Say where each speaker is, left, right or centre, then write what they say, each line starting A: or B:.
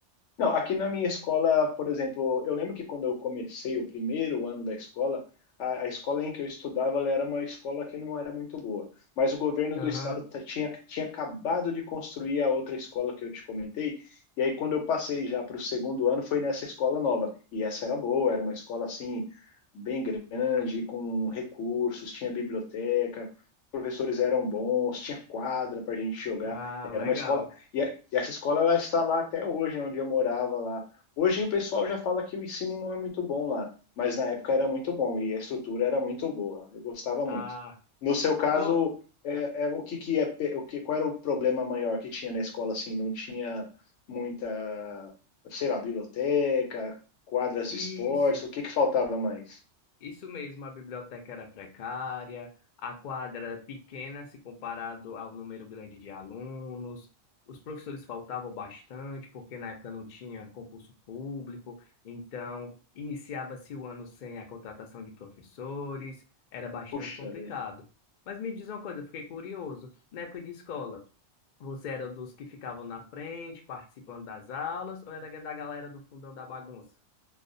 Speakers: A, on the left; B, on the left.
A: Não, aqui na minha escola, por exemplo, eu lembro que quando eu comecei o primeiro ano da escola, a, a escola em que eu estudava ela era uma escola que não era muito boa, mas o governo
B: Aham.
A: do estado ta- tinha, tinha acabado de construir a outra escola que eu te comentei, e aí quando eu passei já para o segundo ano foi nessa escola nova, e essa era boa, era uma escola assim, bem grande, com recursos, tinha biblioteca, os professores eram bons, tinha quadra para a gente jogar,
B: Ah, legal.
A: era uma escola e, a- e essa escola ela está lá até hoje, onde eu morava lá. Hoje o pessoal já fala que o ensino não é muito bom lá, mas na época era muito bom e a estrutura era muito boa. Eu gostava
B: Ah,
A: muito. No seu caso,
B: pô,
A: é, é, o que que é, pe- o que, qual era o problema maior que tinha na escola assim? Não tinha muita, sei lá, biblioteca, quadras
B: isso.
A: de esportes, o que que faltava mais?
B: Isso mesmo, a biblioteca era precária, a quadra era pequena se comparado ao número grande de alunos, os professores faltavam bastante, porque na época não tinha concurso público, então iniciava-se o ano sem a contratação de professores, era bastante
A: Puxa
B: complicado.
A: vida.
B: Mas me diz uma coisa, eu fiquei curioso, na época de escola, você era dos que ficavam na frente, participando das aulas, ou era da galera do fundão da bagunça?